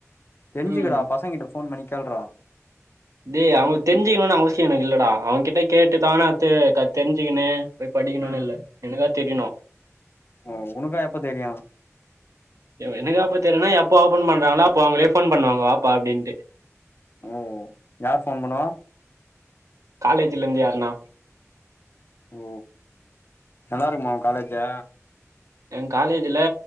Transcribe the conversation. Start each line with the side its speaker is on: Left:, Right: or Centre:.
Left: தெரிஞ்சுக்குடா
Right: ம்
Left: பசங்கிட்ட ஃபோன் பண்ணி கேள்ரா
Right: டேய் அவுங்க தெரிஞ்சுக்கணும்னு அவசியோ எனக் இல்லடா அவங்ககிட்ட கேட்டு தான அ தெரிஞ்சுக்கனு போய் படிக்கணுனு
Left: ம்
Right: இல்ல என்க்கா தெரியணு
Left: ஓ உனக்கா எப்ப தெரியு
Right: எனக்கா எப்ப தெரியனா எப்பா ஓபன் பண்றாங்களா அப்போ அவுங்களே ஃபோன் பண்ணுவாங்க வாப்ப அப்டின்ட்டு
Left: ஓ - யார் ஃபோன் பண்ணுவா?
Right: காலேஜ்ல இருந்து யாருனா
Left: ஓ நல்லா இருக்குமா உ காலேஜு
Right: எ காலேஜ்ல